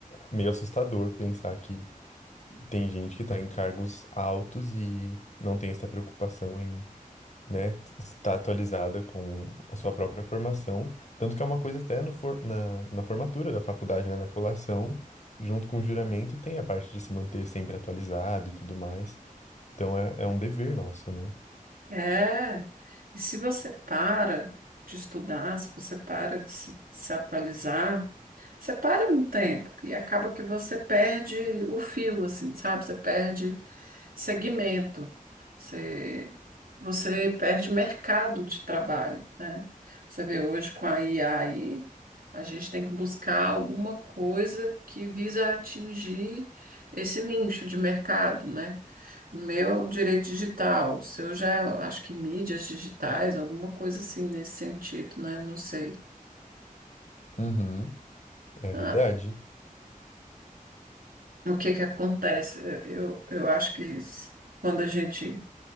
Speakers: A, on the left; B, on the right.
A: meio assustador pensar que tem gente que está em cargos altos e não tem essa preocupação né, está atualizada com a sua própria formação, tanto que é uma coisa até no for- na, na formatura da faculdade, né, na colação, junto com o juramento, tem a parte de se manter sempre atualizado e tudo mais. Então é, é um dever nosso, né?
B: É, e se você para de estudar, se você para de se, de se atualizar, você para no tempo e acaba que você perde o fio, assim, sabe? Você perde segmento, você, você perde mercado de trabalho, né? Você vê hoje com a IA aí, a gente tem que buscar alguma coisa que visa atingir esse nicho de mercado, né? Meu direito digital, o seu já, é, acho que mídias digitais, alguma coisa assim nesse sentido, né? Não sei.
A: Uhum. É
B: Ah,
A: verdade,
B: o que que acontece? Eu, eu acho que s- quando a gente